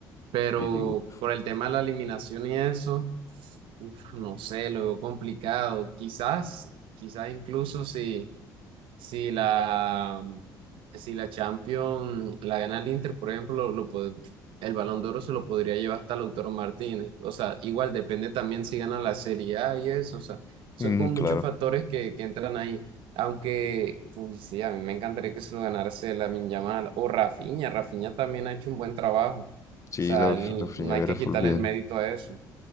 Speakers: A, on the right; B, on the left.
A: Pero
B: Y yo,
A: por el tema de la eliminación y eso, uf, no sé, lo veo complicado. Quizás, quizás incluso si Si la, si la Champions la gana el Inter, por ejemplo, lo pod- el Balón de Oro se lo podría llevar hasta Lautaro Martínez. O sea, igual depende también si gana la Serie A y eso. O sea, son
B: mm,
A: con
B: claro,
A: muchos factores que, que entran ahí. Aunque, pues sí, a mí me encantaría que se lo ganase Lamine Yamal o Rafinha. Rafinha también ha hecho un buen trabajo. O
B: sí,
A: sea,
B: la,
A: él-
B: la Freñavera
A: no hay que
B: fue
A: quitarle
B: bien.
A: el mérito a eso.